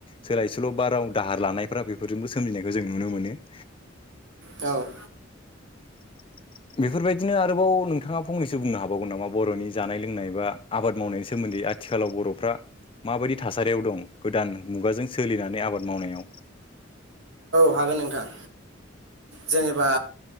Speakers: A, on the left; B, on the right.
A: सोलाय सोल' बा राव दाहार लानायफ्रा बेफोरजोंबो सोमजिनायखौ जों नुनो मोनो‌। <inaudible>
B: औ
A: <unintelligible> बेफोरबायदिनो आरोबाव नोंथाङा फंनैसो बुंनो हाबावगोन नामा बर'नि जानाय लोंनाय बा आबाद मावनायनि सोमोन्दै बे आथिखालाव बर'फ्रा माब बायदि थासारियाव दं गोदान मुग जाजों स सोलिनानै आबाद मावनायाव
B: हागोन नोंथां जेनेबा